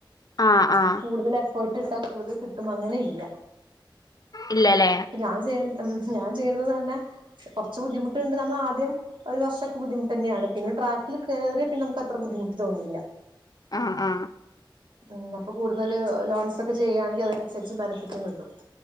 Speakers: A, on the left; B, on the right.
A: ആ
B: നമക്ക്
A: ആ
B: കൂടുതൽ എഫേർട്ട് ഇട്ടാ കൂടുതൽ കിട്ടും അങ്ങനെ ഇല്ല.
A: ഇല്ലാല്ലേ.
B: ഞാൻ ചെയ്യണത് ഞാൻ ചെയ്യണതന്നെ കൊറച്ച് ബുദ്ധിമുട്ടുണ്ട്. നമ്മള് ആദ്യം ഒരു വർഷൊക്ക ബുദ്ധിമുട്ടന്നെയാണ്. പിന്നെ ട്രാക്കിൽ കേറിയ പിന്നെ നമക്ക് അത്ര ബുദ്ധിമുട്ട് തോന്നില്ല.
A: ആഹ് ആ.
B: ഉം അപ്പൊ കൂടുതല് ലോൺസ് ഒക്കെ ചെയ്യുകയാണെങ്കിൽ അതിനനുസരിച്ച് ബെനിഫിറ്റും കിട്ടും.